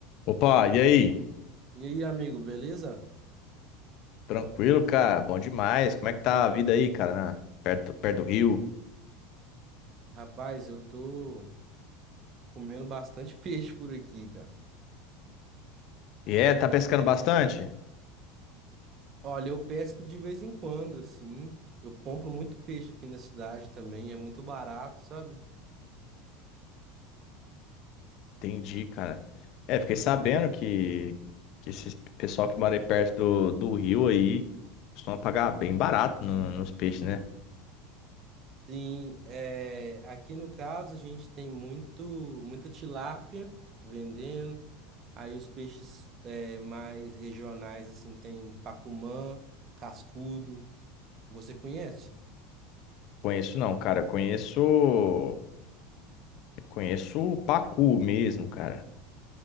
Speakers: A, on the left; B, on the right.
A: Opa, e aí?
B: E aí, amigo, beleza?
A: Tranquilo, cara? Bom demais. Como é que tá a vida aí, cara? na- Perto, perto do Rio.
B: Rapaz, eu tô comendo bastante <laughs> peixe por aqui, cara.
A: E é, tá pescando bastante?
B: Olha, eu pesco de vez em quando, assim. Eu compro muito peixe aqui na cidade também, é muito barato, sabe?
A: Entendi, cara. É, fiquei sabendo que, que esse pessoal que mora aí perto do, do Rio aí costuma pagar bem barato no- nos peixes, né?
B: Sim, é, aqui no caso a gente tem muito, muita tilápia vendendo. Aí os peixes é, mais regionais, assim, tem pacumã, cascudo. Você conhece?
A: Conheço não, cara. Conheço. Conheço o pacu mesmo, cara.